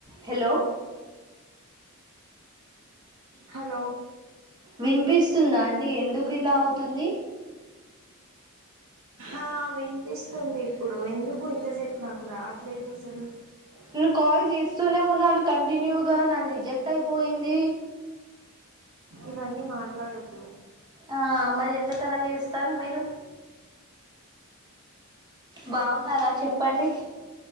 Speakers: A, on the right (about 20°); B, on the right (about 75°).
A: hello
B: hello
A: వినిపిస్తుందా అండి ఎందుకు ఇలా అవుతుంది
B: ఆ వినిపిస్తుంది ఇప్పుడు ఎందుకు ఇంతసేపు నాకు రాట్లేదు అసలు
A: నేను కాల్ చేస్తూనే ఉన్నాను కంటిన్యూగా నాది రిజెక్ట్ అయిపోయింది
B: ఇవన్నీ మాట్లాడొద్దు
A: ఆ మరి ఎందుకలా చేస్తారు మీరు బాగున్నారా చెప్పండి